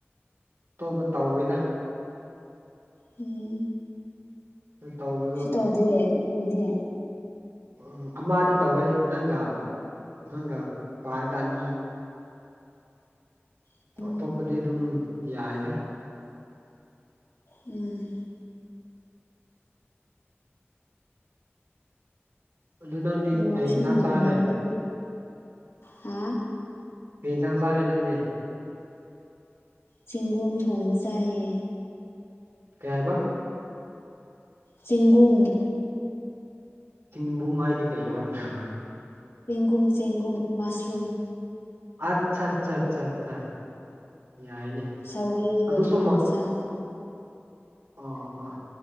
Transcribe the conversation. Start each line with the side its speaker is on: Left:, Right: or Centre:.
Right: ꯑꯇꯣꯞꯄ ꯇꯧꯏꯗ
Left: ꯎꯝ
Right: ꯇꯧ
Left: ꯁꯤ ꯇꯧꯗꯦ ꯂꯩꯗꯤ
Right: ꯎꯝ ꯑꯃꯗꯤꯗꯤ ꯇꯧꯋꯦ ꯅꯪꯒ ꯅꯪꯒꯤ ꯄꯥꯔꯒ ꯑꯅꯤ
Left: ꯎꯝ
Right: ꯑꯇꯣꯞꯄꯗꯤ ꯑꯗꯨꯝ ꯌꯥꯏꯗ
Left: ꯎꯝ
Right: ꯑꯗꯨ ꯅꯪꯗꯤ
Left: ꯑ ꯋꯥ
Right: ꯀꯩ
Left: ꯑꯁꯤꯅ
Right: ꯏꯟꯁꯥꯡ
Left: ꯅꯨꯡꯉꯥꯏꯔꯅꯤ
Right: ꯆꯥꯔꯦ
Left: ꯍꯥ
Right: ꯄꯁꯥꯡꯅ ꯁꯥꯔꯦ ꯅꯪꯗꯤꯦ
Left: ꯆꯦꯡꯒꯨꯝ ꯊꯣꯡꯕ ꯌꯥꯏꯌꯦ
Right: ꯀꯌꯥ ꯍꯥꯏꯕ
Left: ꯆꯦꯡꯒꯨꯡ
Right: ꯆꯤꯡꯕꯨꯡ ꯍꯥꯏꯗꯤ ꯀꯩ ꯍꯥꯏꯕꯅ
Left: ꯆꯦꯡꯒꯨꯝ ꯆꯦꯡꯒꯨꯝ ꯃꯁꯔꯨꯝ
Right: ꯑꯠꯆꯥ ꯑꯆꯥ ꯑꯆꯥ ꯑ ꯌꯥꯏꯅꯦ
Left: ꯁꯧꯒ꯭ꯔꯤꯒ
Right: ꯑꯗꯨꯗ
Left: ꯊꯣꯡꯕ
Right: ꯁꯣ
Left: ꯆꯥꯕ
Right: ꯑꯥ ꯑꯥ